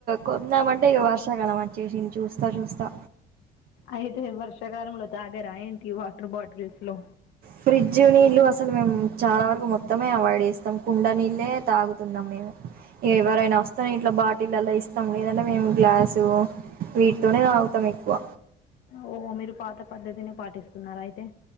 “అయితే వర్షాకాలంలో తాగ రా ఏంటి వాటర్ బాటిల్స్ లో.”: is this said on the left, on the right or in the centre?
Left